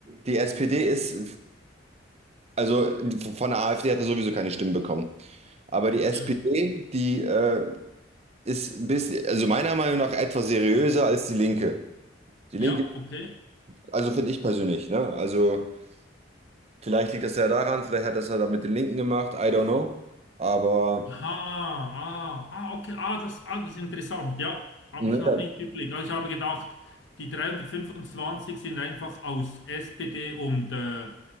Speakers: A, on the right; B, on the left.
A: die SPD ist, also die- von der AfD hat er sowieso keine Stimmen bekommen. Aber die SPD,
B: Ja,
A: die äh, ist ein bisschen, also meiner Meinung nach etwas seriöser als die Linke. Die
B: ja,
A: Linke,
B: okay.
A: also finde ich persönlich, ne? Also vielleicht liegt das ja daran, vielleicht hat das ja da mit den Linken gemacht, I don't know. Aber
B: Aha, ah, ah, okay, ah, das, ah, das ist interessant, ja, habe
A: ne,
B: ich noch nicht überlegt. Also ich habe gedacht, die 325 sind einfach aus SPD und, äh,